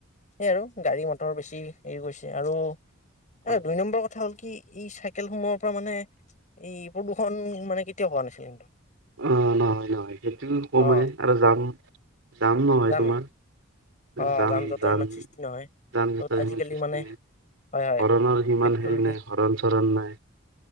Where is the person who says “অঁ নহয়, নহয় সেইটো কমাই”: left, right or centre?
Right